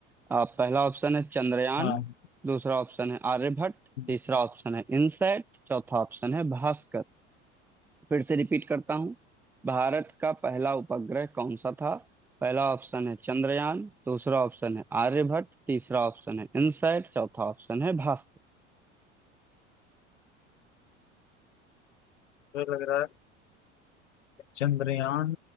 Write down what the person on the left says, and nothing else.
हाँ
मुझे
लग रहा है चंद्रयान